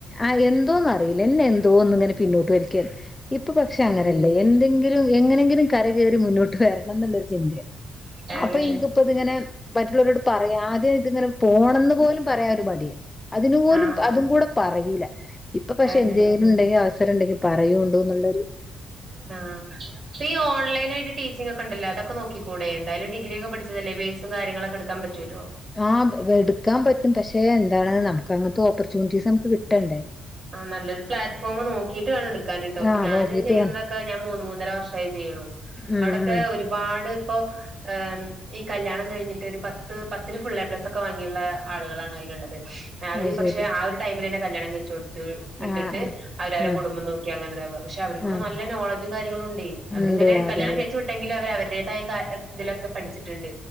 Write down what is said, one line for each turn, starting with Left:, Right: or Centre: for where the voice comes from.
Left: ആ എന്തോന്നറിയില്ല എന്നെ എന്തോന്ന് ഇങ്ങനെ പിന്നോട്ട് വലിക്കാണ് ഇപ്പൊ പക്ഷെ അങ്ങനല്ല എന്തെങ്കിലും എങ്ങനെങ്കിലും കര കയറി മുന്നോട്ട് വരണംന്നുള്ളരു ചിന്തയാണ്
Right: അതെ
Left: അപ്പൊ
Right: അതെ
Left: ഇനിക്ക്‌പ്പോത്ങ്ങന മറ്റുള്ളവരോട് പറ ആദ്യം ഇതിങ്ങനെ പോണംന്ന് പോലും പറയാ ഒരു മടിയാരുന്നു അതിനുപോലും
Right: ആഹ്
Left: അതും കൂടെ പറയൂല ഇപ്പ പക്ഷെ
Right: അതെ
Left: എന്തേലുംണ്ടെങ്കി അവസരംണ്ടെങ്കിൽ പറ ണ്ടോന്നുള്ളരു
Right: ആഹ് ഇപ്പൊ ഓൺലൈൻ ആയിട്ട് ടീച്ചിങ്ങൊക്കെണ്ടല്ലോ അതൊക്കെ നോക്കിക്കൂടെ എന്തായാലും ഡിഗ്രി ഒക്കെ പഠിച്ച ല്ലേ ബേസ് ഉം കാര്യങ്ങളൊക്കെടുക്കാ പറ്റൂല്ലോ
Left: ആഹ്‌ എടുക്കാൻ പറ്റും പക്ഷെ എന്താണ് നമുക്ക് അങ്ങനതെ ഓപ്പർ നമുക്ക് കിട്ടണ്ടേ
Right: ആ നല്ലൊരു പ്ലാറ്റ്ഫോമ് നോക്കീട്ട് വേണം എടുക്കാൻട്ടോ അപ്പ
Left: ആഹ്
Right: ഞാന്
Left: നോക്കിട്ട്
Right: ചെയ്യുന്നതൊക്കെ
Left: വേണം
Right: ഞാൻ മൂന്ന് മൂന്നര വർഷായി ചെയ്യു
Left: ഉം
Right: അവിടൊക്കെ
Left: ഉം
Right: ഒരുപാട് ഇപ്പൊ ഏ ഈ കല്യാണം കഴിഞ്ഞിട്ട് ഒരു പത്ത് പത്തിന് ഫുൾ എ പ്ലസ് ഒക്കെ വാങ്ങിയുള്ള ആളുകളാണ് അയിലുള്ളത് അവര്
Left: അത്
Right: പക്ഷെ
Left: ശരി
Right: ആ ഒരു ടൈമില് തന്നെ കല്യാണം കഴിച്ചു കൊടുത്തു വിട്ടിട്ട്
Left: ആഹ് ആഹ്
Right: അവര് അവരിടെ
Left: ആഹ്
Right: കുടുംബം നോക്കി അങ്ങനെതാവുക പക്ഷെ അവർക്കൊ
Left: ആഹ്
Right: നല്ല നോളജും കാര്യങ്ങളുണ്ടേ അവ
Left: ഉണ്ട്
Right: അങ്ങന
Left: അതെ
Right: കല്യാണം കഴിച്ചു വിട്ടെങ്കിലും അവര് അവര <unintelligible> ഇതിലൊക്കെ പഠിച്ചിട്ടുണ്ട്